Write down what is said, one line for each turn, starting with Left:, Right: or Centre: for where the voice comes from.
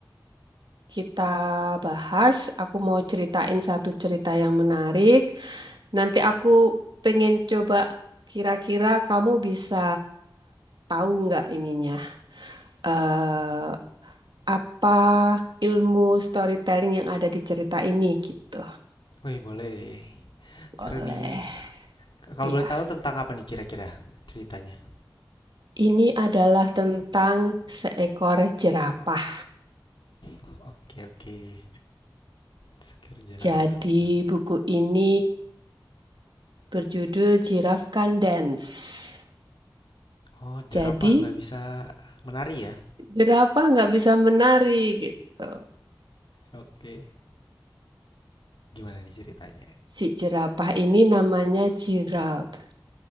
Right: kita bahas. Aku mau ceritain satu cerita yang menarik. Nanti aku pengen coba kira-kira kamu bisa tahu nggak ininya eh apa ilmu storytelling yang ada di cerita ini gitu.
Left: Wih, boleh.
Right: Oleh
Left: Seru nih. K- Kalau
Right: ya,
Left: boleh tahu tentang apa nih kira-kira ceritanya?
Right: ini adalah tentang seekor jerapah.
Left: Oke, oke. Sekir jerapah
Right: Jadi
Left: menarik.
Right: buku ini berjudul Giraffe Can Dance.
Left: Oh, jerapah
Right: Jadi
Left: nggak bisa menari ya?
Right: jerapah nggak bisa menari gitu.
Left: Oke. Okay. Gimana nih ceritanya?
Right: Si jerapah ini namanya Gerald.